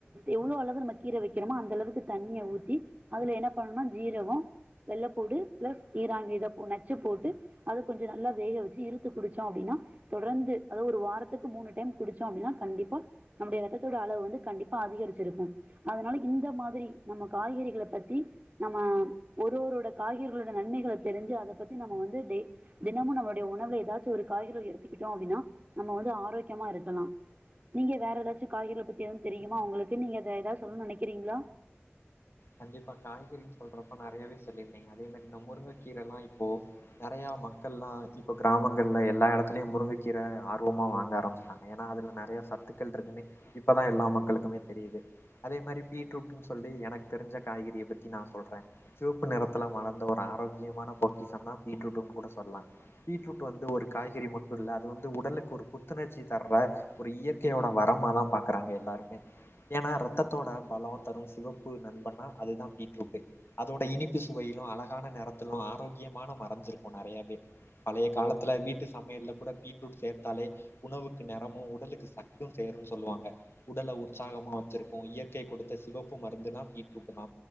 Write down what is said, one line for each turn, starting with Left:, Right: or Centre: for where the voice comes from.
Right: எவ்வளவு அளவு நம்ம கீரை வைக்கிறமோ அந்த அளவுக்கு தண்ணிய ஊத்தி அதுல என்ன பண்ணனும்னா ஜீரகம் வெள்ளை பூண்டு பிளஸ் ஈரான் மீதை நச்சு போட்டு அது கொஞ்ச நல்லா வேக வெச்சு இருத்து புடிச்சோ அப்டின்னா தொடர்ந்து அதாவது ஒரு வாரத்துக்கு மூணு டைம் குடிச்சோம் அப்படின்னா கண்டிப்பா நம்முடைய ரத்ததோட அளவு வந்து கண்டிப்பா அதிகரிச்சிருக்கும் அதனால இந்த மாதிரி நம்ம காய்கறிகள பத்தி நம்ம ஒரு ஒருவரோட காய்கரிகளோட நன்மைகள தெரிஞ்சு அத பத்தி நம்ம வந்து டெ தினமும் நம்ளோடைய உணவுல ஏதாச்சும் ஒரு காய்கள எடுத்துக்கிட்டோம் அப்டின்னா நம்ம வந்து ஆரோக்கியமா இருக்கலாம் நீங்க வேற எதாச்சு காய்கறிகல பத்தி எது தெரியுமா ஒங்களுக்கு நீங்க அத எதாவ்து சொல்ன் நெனைக்கிறீங்ளா
Left: கண்டிப்பா காய்கறின் சொல்றப்ப நெறயாவே சொல்லியிருந்திங்க அதே மாரி இந்த முருங்கக்கீரல்லா இப்போ நெறயா மக்கள்லா இப்ப கிராமங்கள்ல எல்லா எடத்துலயு முருங்ககீர ஆர்வமா வாங்க ஆரம்பிச்ட்டாங்க ஏனா அதுல நெறயா சத்துக்கள்ட்ருக்குன்னே இப்பதா எல்லா மக்களுக்குமே தெரியிது அதே மாரி பீட்ரூட்ன்னு சொல்லி எனக்கு தெரிஞ்ச காய்கறிய பத்தி நா சொல்றே சிவப்பு நிறத்துல மலர்ந்த ஒரு ஆரோக்கியமான பொக்கிசம் தா பீட்ரூட்ன்னுங் கூட சொல்லா பீட்ரூட் வந்து ஒரு காய்கறி மட்டு இல்ல அது வந்து உடலுக்கு ஒரு புத்துணர்ச்சி தர்ற ஒரு இயற்கையோட வரமாதா பாக்கறாங்க எல்லாருமே ஏனா ரத்தத்தோட பலோ தரு சிவப்பு நண்பன்னா அதுதா பீட்ரூட்டு அதோட இனிப்பு சுவையிலு அழகான நெறத்துலு ஆரோக்கியமான மறஞ்சிருக்கு நெறயாவே பழய காலத்துல வீட்டு சமையல்ல கூட பீட்ரூட் சேத்தாலே உணவுக்கு நெறமு உடலுக்கு சத்து சேருன் சொல்லுவாங்க உடல உற்சாகமா வெச்சிருக்கு இயற்கை குடுத்த சிவப்பு மருந்துனா பீட்ரூட்டுதா